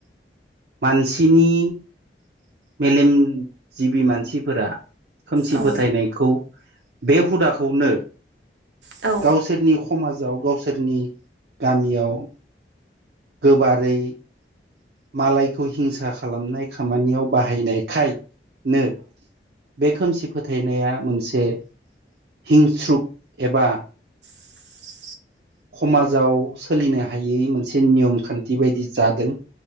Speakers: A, on the right (about 60°); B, on the right (about 80°).
A: मानसिनि मेलेमजिबि मानसि फोरा खोमसि
B: औ
A: फोथायनायखौ बे हुदाखौनो
B: औ
A: गावसोरनि आ समाजाव गावसोरनि गामियाव गोबारै मालायखौ हिंसा खालामनाय खामानियाव बाहायनायखायनो बे खोमसि फोथायनाया मोनसे हिंस्रुख एबा
B: <inaudible>
A: समाजाव सोलिनो हायै मोनसे नियम खान्थि बायदि जादों